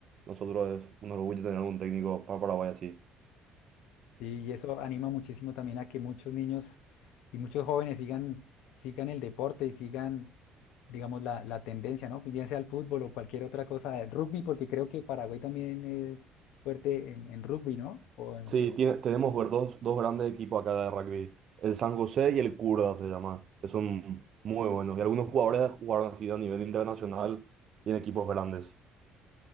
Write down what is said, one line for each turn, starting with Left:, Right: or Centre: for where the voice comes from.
Right: nosotros es un orgullo tener un técnico para Paraguay así.
Left: Y, y eso anima muchísimo también a que muchos niños y muchos jóvenes sigan, sigan el deporte y sigan, digamos, la, la tendencia, ¿no? Bien sea el fútbol o cualquier otra cosa, el rugby, porque creo que Paraguay también es fuerte en, en rugby, ¿no? O en-
Right: Sí, tiene- tenemos ver- dos, dos grandes equipos acá de rugby, el San José y el Curda se llama, que son muy buenos. Y algunos jugadores jugaron así a nivel internacional y en equipos grandes.